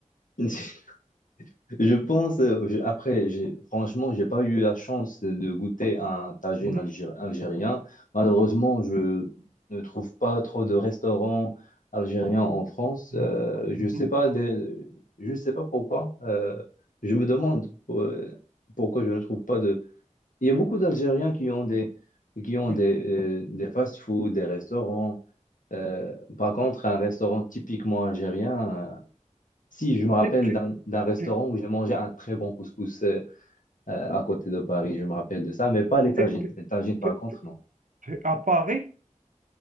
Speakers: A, on the left (about 85°); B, on the right (about 80°).
A: <laughs> Je pense, euh, je- après, j'ai, franchement, j'ai pas eu la chance de goûter un tagine
B: Mhm,
A: algéri- algérien. Malheureusement, je ne trouve pas trop de restaurants algériens en France.
B: mhm,
A: Euh, je
B: mhm,
A: sais pas des- je sais pas pourquoi. Euh, je me demande pour- euh, pourquoi je ne trouve pas de. Il y a beaucoup d'Algériens qui ont des, qui ont
B: oui.
A: des, euh, des fast-food, des restaurants. Euh, par contre, un restaurant typiquement algérien. Si, je me rappelle
B: T'es, t'es-
A: d'un d'un restaurant
B: t'es-
A: où j'ai mangé un très bon couscous euh, euh, à côté de Paris, je me rappelle de ça, mais pas les tagines.
B: t'es- t'es-
A: Les tagines, par
B: t'es-
A: contre, non.
B: t'es à Paris?